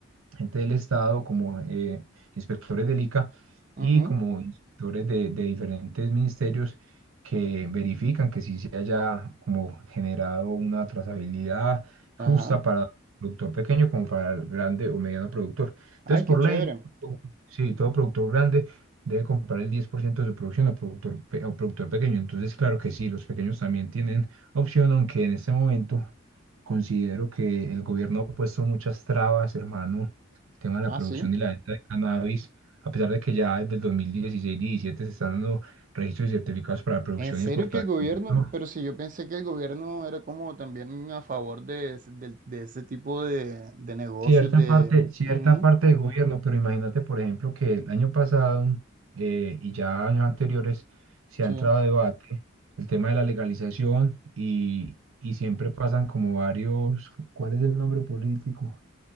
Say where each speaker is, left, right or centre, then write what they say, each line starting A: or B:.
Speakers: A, on the right (about 75°); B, on the right (about 40°).
A: gente del Estado, como eh, inspectores del ICA
B: Ujú.
A: y como inspectores de, de diferentes ministerios que verifican que sí se haya como generado una trazabilidad justa
B: Ajá.
A: para el productor pequeño como para el grande o mediano productor.
B: Ay,
A: Entonces,
B: qué
A: por
B: chévere.
A: ley, sí, todo productor grande debe comprar el 10% de su producción a productor, pe- a productor pequeño. Entonces, claro que sí, los pequeños también tienen opción, aunque en este momento... Considero que el gobierno ha puesto muchas trabas, hermano, tema de la
B: Ah,
A: producción
B: sí.
A: y la venta de cannabis, a pesar de que ya desde el 2016 y 17 se están dando registros y certificados para la producción
B: ¿En serio
A: y exportación.
B: que el gobierno?
A: No,
B: Pero si yo pensé que el gobierno era como también a favor de, ese del- de ese tipo de, de negocios
A: cierta
B: de...
A: parte, cierta
B: Ujú,
A: parte del gobierno, pero imagínate, por ejemplo, que el año pasado eh, y ya años anteriores se
B: sí.
A: ha entrado a debate el tema de la legalización y, y siempre pasan como varios, ¿cuál es el nombre político?